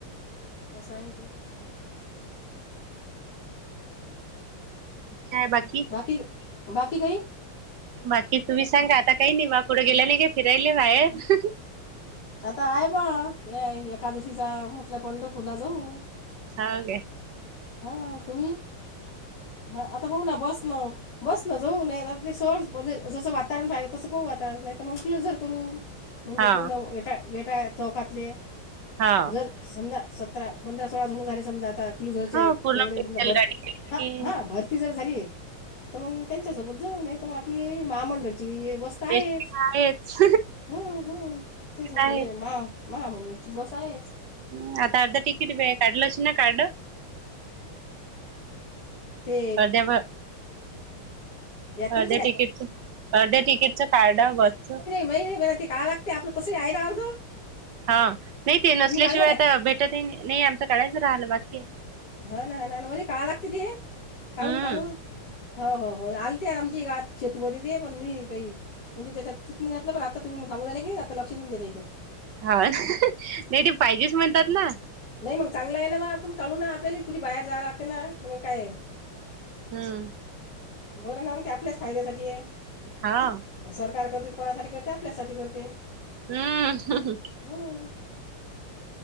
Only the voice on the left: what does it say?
अस आय न ते
की बाकी काई
आता आयं ब ये एकादशीचा म्हटलं पंढरपूरला जाऊ.
हा तुम्ही बस नं ह आता पाहू ना बस नं बस न जाऊ नायं त आता ते <unintelligible> जसं वातावरण पाहिलं तसं पाहू आता नायं त मंग क्लूजर करू. म्हणजे
पुन्हा वेटाळ वेटाळ्या चौकातले
जर समजा सतरा पंधरा सोळा जण झाले समजा आता क्लूज चे
एवढे
समजा भरती
ह हा भरती जर झाली. त मंग त्यांच्यासोबत जाऊ नायंत म आपली महामंडळची बस कायेच
हम्म हम्म तेच म्हटलं
हे महा महामंडळीची बस आहेच.
ते
यात्रेचं
काय
नाय नाय बणती काआ लागतयं आपलं तसं ही आहे ना अर्ध
तुम्ही काढला काय
हा ना ह ना ना म्हणे का आ लागत ते काढू
काढून हो हो हो आलते आमची गावात शेतूमध्ये ते पण मी कायं म्हणजे त्याच्यात चित् नाय घातलं पण आता तुम्ही सांगू राहिले की आता लक्ष देईन त्याच्याईकडे
नाही मंग चांगलं आहे ना बा आपण काडू ना आपल्याला कुठे बाहेर जायला लागते ना. मंग काय ये
बर ना मंग ते आपल्याच फायद्यासाठी ये.
सरकार करते त कोणासाठी करते आपल्यासाठी करते.
हं.